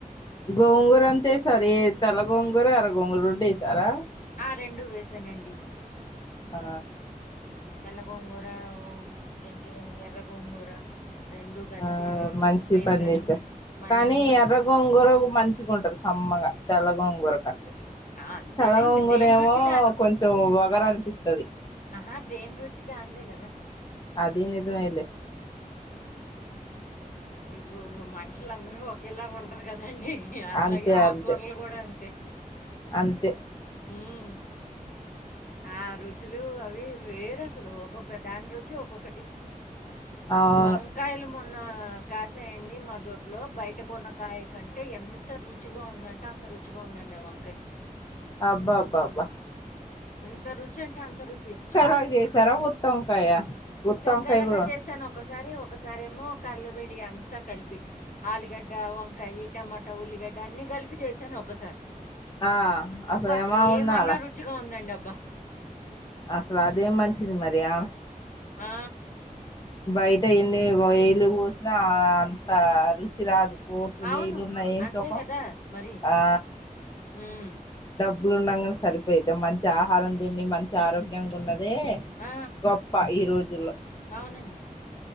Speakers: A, on the left; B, on the left.
A: గోంగూర అంతా వేసారు తెల్ల గోంగూర ఎర్ర గోంగూర రొండేసారా
B: ఆ రెండు వేసానండి
A: ఆ
B: తెల్ల గోంగూర జంటి ఎర్ర గోంగూర కలిపి
A: ఆ
B: వే-
A: మంచి
B: ఓ వేశాను.
A: పని చేసా
B: మళ్ళేమో
A: కానీ ఎర్రగోంగోర మంచిగుంటాది కమ్మగా తెల్లగొంగూర కంటే
B: ఆ! అంతేలేండి.
A: తెల్ల గోంగూర
B: దేని
A: ఏమో
B: రుచి
A: కొంచం వగరు అనిపిస్తాది
B: ఆహా దేన్ రుచి దనీదే కదా.
A: అది నిజమే లే
B: ఇప్పుడు మనుషులు అందరూ ఒకేలాగా ఉండరు కదాండి అట్లాగే
A: అంతే
B: ఆకూరలు
A: అంతే
B: కూడా అంతే
A: అంతే
B: ఉమ్ ఆ రుచులు అవి వేరసలు ఒక్కొక్క దాని రు ఒక్కొక్కటి
A: అవును
B: వంకాయలు మొ న్న కాసాయండి మా దొడ్లో బయట కొన్నకాయ కంటే ఎంత రుచిగా ఉందంటే అంత రుచిగా ఉందండి అ వంకయ్
A: అబ్బా బ్బా బ్బా
B: అంత రుచి అంటే అంత రుచి చా
A: లాగా చేసారా గుత్తొంకాయ గుత్తొంకాయ
B: గుత్తివంకాయలక్క
A: కూడా
B: చేశాను ఒక ఒకసారి ఒకసారి ఏమో కల్లపిడి అంతా కలిపి ఆలుగడ్డ వంకాయి టమాటా ఉల్లిగ డ్డ అన్ని కలిపి చేశాను ఒకసారి
A: ఆ అసలు
B: అబ్బా
A: ఏమా
B: ఏమన్నా
A: ఉండాల
B: రుచిగా ఉందండి అ
A: అసలు అదే మంచిది మరియా
B: ఆ
A: బయట ఎన్ని వేయిలు పోసినా అంత రుచి రాదు కోట్లు
B: అవును
A: వేయిలున్నా ఎం
B: అంతే
A: సుఖం
B: కదా మరి
A: ఆ
B: ఉమ్,
A: డబ్బులు ఉండంగాని సరిపోయిద్ద మంచి ఆహారం తిండి మంచి ఆరోగ్యంగా ఉండ అదే
B: ఆ
A: గొప్ప ఈ రోజుల్లో
B: అవునండి